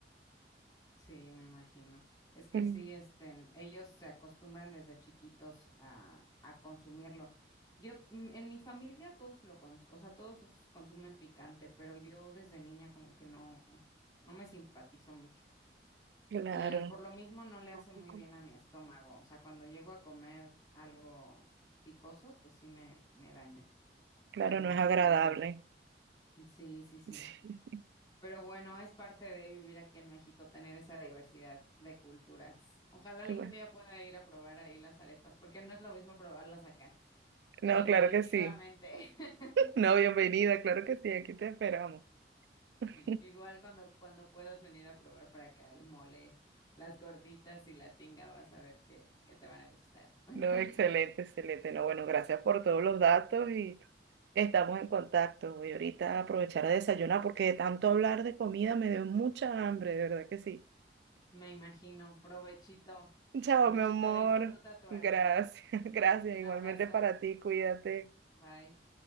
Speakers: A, on the left; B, on the right.
A: Sí, me imagino. Es que
B: Mm,
A: sí, este, ellos se acostumbran desde chiquitos a, a consumirlo. Yo, mm, en mi familia todos lo cons- o sea, todos us- consumen picante, pero yo desde niña como que no, no me simpatizó mucho.
B: claro.
A: Y al por lo mismo no le hace
B: <laughs>
A: muy bien a mi estómago. O sea, cuando llego a comer algo picoso, pues sí me, me daña.
B: Claro,
A: Pero,
B: no es agradable.
A: pero bueno, sí, sí, sí.
B: <laughs>
A: Pero bueno, es parte de vivir aquí en México, tener esa diversidad de culturas. Ojalá
B: Qué
A: algún
B: bueno.
A: día pueda ir a probar ahí las arepas, porque no es lo mismo probarlas acá.
B: No,
A: Definitivamente.
B: claro que sí.
A: <laughs>
B: No, bienvenida, claro que sí, aquí te esperamos. <laughs>
A: Igual cuando, cuando puedas venir a probar para acá el mole, las gorditas y la tinga, vas a ver que, que te van a gustar. <laughs>
B: No, excelente, excelente. No, bueno, gracias por todos los datos y estamos en contacto. Voy ahorita a aprovechar a desayunar porque de tanto hablar de comida me dio mucha hambre, de verdad que sí.
A: Me imagino. Provechito.
B: Chao,
A: Provechito,
B: mi amor.
A: disfruta tu arepa.
B: Gracias, <laughs> gracias.
A: Un
B: Igualmente
A: abrazo.
B: para ti, cuídate.
A: Bye.